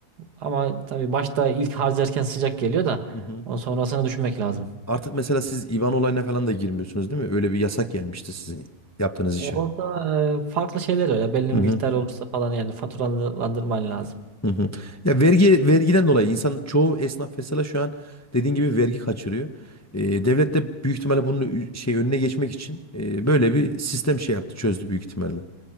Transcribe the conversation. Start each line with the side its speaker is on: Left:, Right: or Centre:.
Right: Ama tabii başta ilk harcarken sıcak geliyor da
Left: Hı hı.
Right: ondan sonrasını düşünmek lazım.
Left: Artık mesela siz IBAN olayına falan da girmiyorsunuz değil mi? Öyle bir yasak gelmişti sizin yaptığınız
Right: Orada
Left: işe.
Right: e, farklı şeyler var ya belli bir
Left: Hı
Right: miktar
Left: hı.
Right: olursa falan yani faturalandırman lazım.
Left: Hı hı. Ya vergi vergiden dolayı insan çoğu esnaf mesela şu an dediğin gibi vergi kaçırıyor. Ee, devlet de büyük ihtimalle bunun ü- şey önüne geçmek için e, böyle bir sistem şey yaptı çözdü büyük ihtimalle.